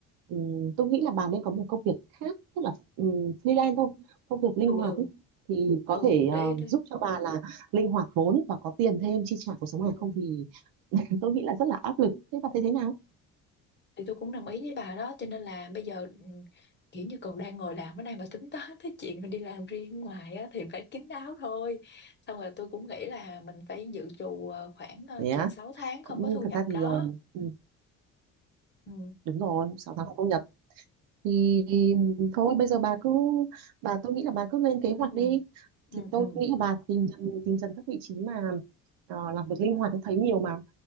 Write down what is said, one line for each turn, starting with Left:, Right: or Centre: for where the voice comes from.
Right: ừm, tôi nghĩ là bà nên có một công việc khác tức là ừm, freelance thôi công việc linh
Left: ừ
Right: hoạt
Left: ừ
Right: ấy. thì có
Left: ừ
Right: thể
Left: ừ,
Right: um,
Left: để để
Right: giúp cho bà là linh hoạt vốn và có tiền thêm chi trả cuộc sống
Left: ừ.
Right: này không thì <laughs> tôi nghĩ là rất là áp lực thế bà thấy thế nào
Left: thì tôi cũng đồng ý với bà đó cho nên là bây giờ ừ, kiểu như còn đang ngồi làm ở đây mà tính toán tới chuyện mà đi làm riêng ngoài á, thì phải kín đáo thôi xong rồi tôi cũng nghĩ là mình phải dự trù ờ, khoảng ờ,
Right: nhé
Left: chừng 6 tháng không
Right: cũng
Left: có thu
Right: thật
Left: nhập
Right: ra thì
Left: đó
Right: um, ừ,
Left: ừ
Right: đúng rồi 6 tháng không thu nhập thì thôi bây giờ bà cứ bà tôi nghĩ là bà cứ lên kế hoạch
Left: ừ
Right: đi thì
Left: ừ
Right: tôi
Left: ừ
Right: nghĩ là bà tìm dần tìm dần các vị trí mà ờ, làm việc linh hoạt thì thấy nhiều mà